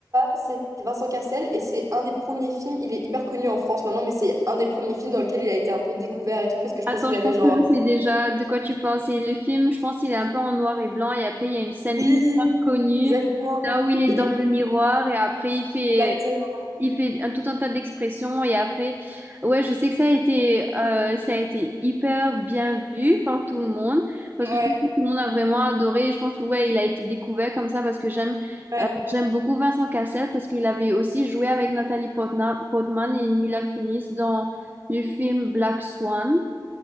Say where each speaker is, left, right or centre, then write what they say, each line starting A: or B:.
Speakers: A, on the right; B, on the right.
A: C'est Vincent Cassel et c'est un des premiers films, il est hyper connu en France maintenant, mais c'est un des premiers films dans lequel il a été un peu découvert et tout, parce que je
B: Attends,
A: pense qu'il
B: je
A: avait
B: pense
A: genre...
B: que je sais déjà de quoi tu penses. Et le film, je pense qu'il est un peu en noir et blanc. Et après, il y a une scène
A: Oui,
B: hyper connue,
A: exactement.
B: là où il est
A: Il
B: dans
A: est
B: le miroir. Et après, il fait,
A: exactement,
B: il fait un, tout un tas d'expressions. Et après, ouais, je sais que ça a été, euh, ça a été hyper bien vu par tout le monde. Parce
A: ouais.
B: que je trouve que tout le monde a vraiment adoré. Et je pense que, ouais, il a été découvert comme ça parce que j'aime.
A: Ouais.
B: J'aime beaucoup Vincent Cassel parce qu'il avait aussi joué avec Nathalie Portna- Portman et Mila Kunis dans le film Black Swan.